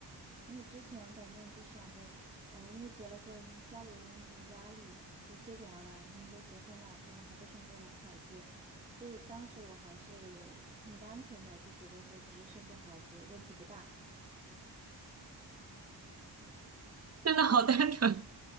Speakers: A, on the right; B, on the right.
A: 因为之前反正就想着，呃，因为结了婚，家里人的那种压力就接踵而来。你们都结婚了，怎么还不生个孩子？所以当时我还是挺单纯的，就觉得说只是生个孩子问题不大。
B: 真的好单纯。